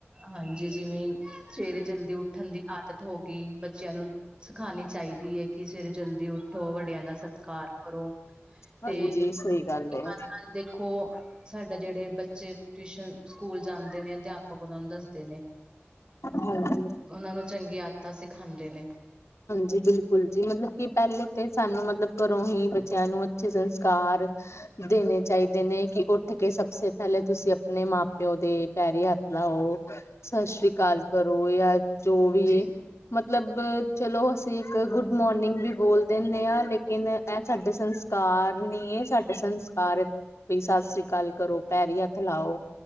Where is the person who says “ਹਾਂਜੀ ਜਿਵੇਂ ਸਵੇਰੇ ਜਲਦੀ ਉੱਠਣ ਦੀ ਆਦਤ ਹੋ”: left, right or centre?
Right